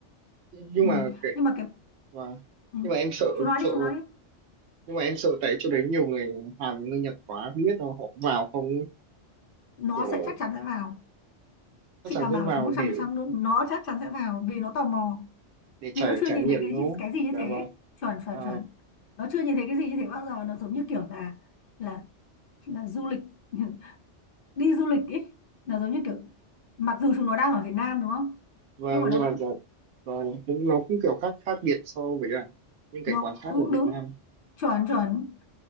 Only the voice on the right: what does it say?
Nhưng
mà kệ
và
nhưng mà em sợ
sợ
nhưng mà em sợ tại chỗ đấy nhiều người Hàn người Nhật quá không biết là họ vào không ấy.
kiểu
chắc
chắn
sẽ
vào
để
để trải
trải
nghiệm
đúng
không
dạ
vâng
à,
vâng
nhưng
mà dạ, vâng cũng nó cũng kiểu khác khác biệt so với cả những cái
quán khác
của Việt
Nam